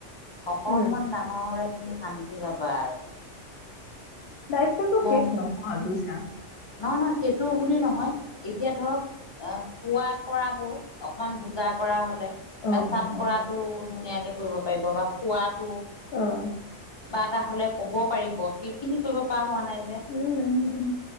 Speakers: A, on the left (about 40°); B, on the left (about 65°).
A: অকনমান
B: উম
A: ডাঙৰ হ'লে তুমি শান্তি পাবা আৰু।
B: দায়িত্বটো
A: মই
B: শেষ নহয় বুজিছা।
A: নহয়, নহয় সেইটো বুলি নহয়, এতিয়া ধৰক এ, কোৱা, কৰা <unintelligible> অকমান বুজা কৰা হ'লে,
B: অ
A: এ, চাপ
B: অ অ
A: কৰাটো ধুনীয়াকে কৰিব পাৰিব বা কোৱাতো
B: আহ'!
A: হ'লে ক'ব পাৰিব। সেই খিনি কৰিব পৰা হোৱা নাই যে।
B: উম উম উম